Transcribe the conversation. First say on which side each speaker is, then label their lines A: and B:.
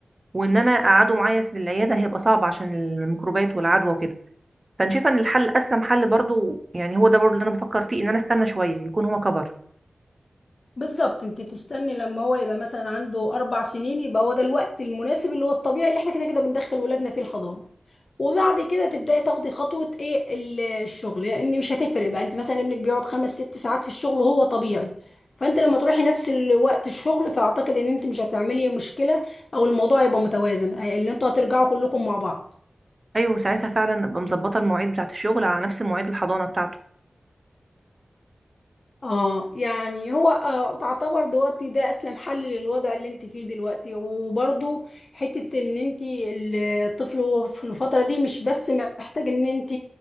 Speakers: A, on the right (about 35°); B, on the left (about 55°).
A: وان انا اقعده معايا في العياده هيبقى صعب عشان الميكروبات والعدوى وكده فانا شايفه ان الحل اسلم حل برضو يعني هو ده برضو اللي انا بفكر فيه ان انا استنى شويه يكون هو كبر
B: بالظبط انت تستني لما هو يبقى مثلا عنده اربع سنين يبقى هو ده الوقت المناسب اللي هو الطبيعي اللي احنا كده كده بندخل ولادنا فيه الحضانه وبعد كده تبداي تاخدي خطوه ايه ال- الشغل لان مش هتفرق بقى انت مثلا ابنك بيقعد خمس ست ساعات في الشغل هو طبيعي فانت لما تروحي نفس الوقت الشغل فاعتقد ان انت مش هتعملي مشكله او الموضوع يبقى متوازن اه، اللي انتوا هترجعوا كلكم مع بعض
A: ايوه ساعتها فعلا ابقى مظبطه المواعيد بتاعه الشغل على نفس مواعيد الحضانه بتاعته
B: اه يعني هو آه تعتبر دلوقتي ده اسلم حل للوضع اللي انت فيه دلوقتي وبرضو حتة ان انت الطفل هو في الفترة دي مش بس محتاج ان انت